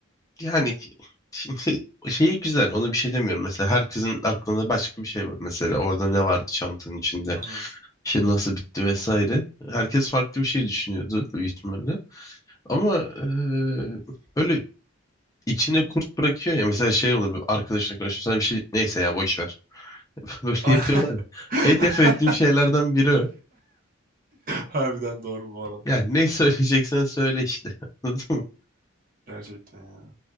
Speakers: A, on the left; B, on the right.
A: Yani şimdi şeyi güzel ona bir şey demiyorum. Mesela herkesin aklında başka bir şey var. Mesela orada ne vardı çantanın içinde?
B: Hı hı.
A: Şey nasıl bitti vesaire. Herkes farklı bir şey düşünüyordu büyük ihtimalle. Ama eee, böyle içine kurt bırakıyor ya. Mesela şey olur bir arkadaşına konuşuyor sana bir şey neyse ya boş ver. <laughs> Böyle
B: <laughs>
A: yapıyorlar. ya. En nefret ettiğim şeylerden biri o.
B: Harbiden doğru bu arada.
A: Yani ne söyleyeceksen söyle işte. <laughs> Anladın mı?
B: Gerçekten ya.